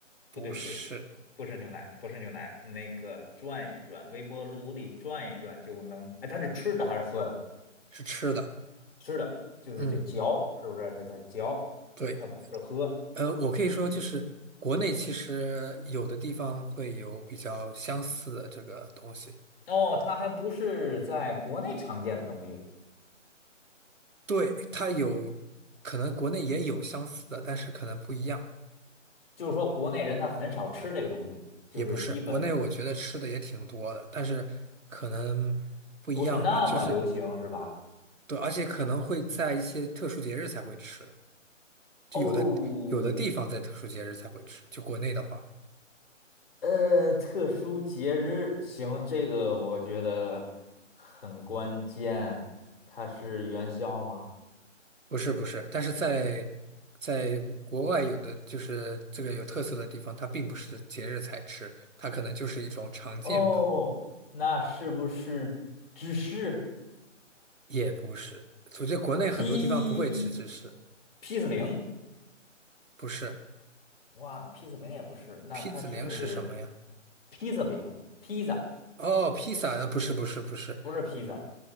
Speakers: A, on the right; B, on the left.
A: 不是，
B: 不对不对，不是牛奶，不是牛奶，那个转一转，微波炉里转一转就能。哎，它是吃的还是喝的？
A: 是吃的。
B: 吃的，就是得嚼，
A: 嗯，
B: 是不是？它它嚼，
A: 对。
B: 它不是喝。
A: 呃，我可以说就是国内其实有的地方会有比较相似的这个东西。
B: 哦，它还不是在国内常见的东西，
A: 对，它有可能国内也有相似的，但是可能不一样。
B: 就是说国内人他很少吃这个东西，就是基本
A: 也不是，国内我觉得吃的也挺多的，但是可能不一样吧，
B: 不是那么流行，
A: 就是
B: 是吧？
A: 对，而且可能会在一些特殊节日才会吃，就有的有的地方在特殊节日才会吃，
B: 哦，
A: 就国内的话，
B: 呃，特殊节日，行，这个我觉得很关键，它是元宵吗？
A: 不是不是，但是在在国外有的就是这个有特色的地方，它并不是节日才吃，它可能就是一种常见的，
B: 哦，那是不是芝士
A: 也不是，我觉得国内很多地方不会吃芝士，
B: 鸡披萨饼？
A: 不是，
B: 哇，披萨饼也不是，那它是
A: 披子零是什么呀？
B: 披萨饼，披萨
A: 哦，披萨，呃不是不是不是。
B: 不是披萨。